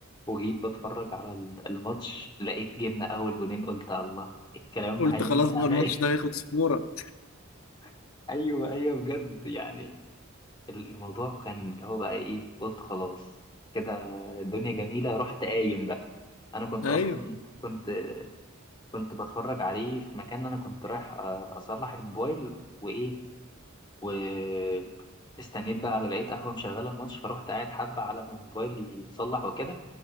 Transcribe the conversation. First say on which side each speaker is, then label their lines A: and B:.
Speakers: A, on the left; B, on the left.
A: وجيت بتفرج على ال- الماتش لقيت جبنا اول جونين قلت الله الكلام
B: قلت
A: هيمشي
B: خلاص بقى
A: على
B: الماتش
A: ايه
B: ده هيخلص فورة
A: <laughs> ايوه ايوه بجد يعني الموضوع كان اللي هو بقى ايه قلت خلاص كده الدنيا جميله رحت قايم بقى انا كنت
B: ايوه
A: اصلا كنت كنت بتفرج عليه في مكان انا كنت رايح أ- اصلح الموبايل وايه واستنيت بقى لقيت قهوه مشغله الماتش فروحت قاعد حبه على ما الموبايل يتصلح وكده